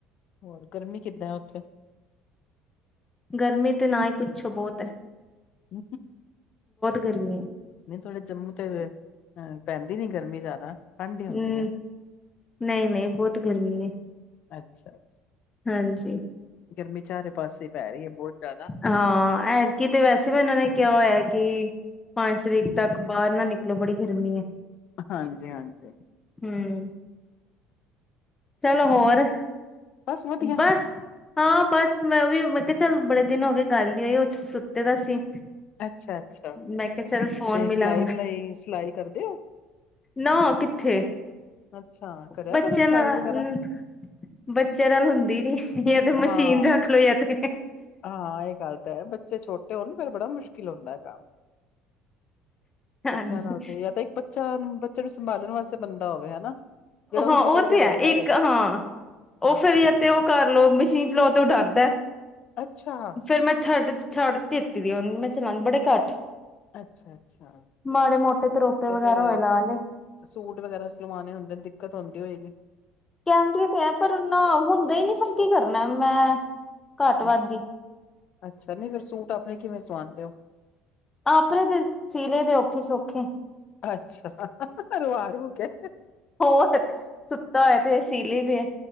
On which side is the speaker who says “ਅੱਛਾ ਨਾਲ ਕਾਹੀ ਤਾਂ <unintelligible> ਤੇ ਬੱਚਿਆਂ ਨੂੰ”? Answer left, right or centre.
Left